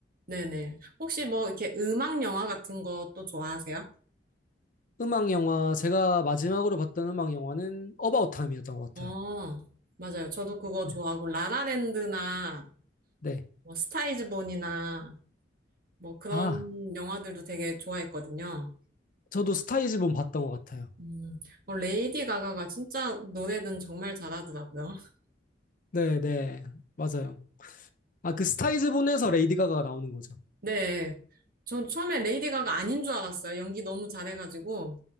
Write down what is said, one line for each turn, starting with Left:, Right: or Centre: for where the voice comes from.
Right: 네네. 혹시 뭐 이렇게 음악 영화 같은 것도 좋아하세요?
Left: 음악 영화, 제가 마지막으로 봤던 음악 영화는 어바웃 타임이었던 것 같아요.
Right: 어, 맞아요. 저도 그거
Left: 네,
Right: 좋아하고 라라랜드나
Left: 네.
Right: 뭐 스타이즈 본이나 뭐 그런
Left: 아,
Right: 영화들도 되게 좋아했거든요.
Left: 저도 스타이즈본 봤던 것 같아요.
Right: 음, 어, 레이디 가가가 진짜 노래는 정말 잘하더라고요. <laughs>
Left: 네, 네. 맞아요. 아, 그 스타이즈본에서 레이디 가가가 나오는 거죠.
Right: 네. 전 처음에 레이디 가가 아닌 줄 알았어요. 연기 너무 잘해가지고.